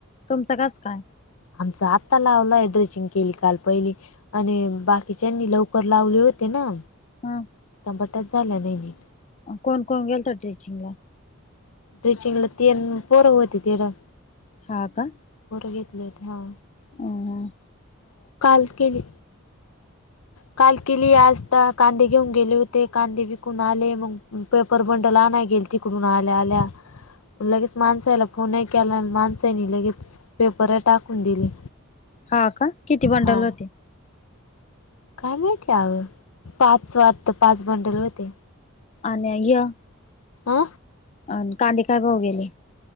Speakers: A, on the left; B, on the left.
A: तुमचं कस काय?
B: आमच आता लावलाय ड्रेसिंग केली काल पहिली, आणि बाकीच्यांनी लव कर लावले होते ना.
A: हां.
B: चबाट्या झाल्या नाही निट.
A: कोण -कोण गेलत टीचिंगला?
B: ट्रीचिंगला तीन पोरं होते तिकड.
A: हा का.
B: पोरं घेतले होते हां.
A: अं, हम्म
B: काल केली, काल केली आज आता कांदे घेऊन गेले होते, कांदे बी तिकून आले मग, पेपर बंडल नाही गेलत तिकडून आल्या -आल्या, लगेच माणसायला हो, फोन नाही केला. माणसानी लगेच पेपर टाकून दिले.
A: हा का, किती बंडल
B: हा
A: होते?
B: काय माहीती अगं, पाच वाटत, पाच बंडल होते.
A: आन्या, येह.
B: आ.
A: अन, कांदे काय भाव गेले?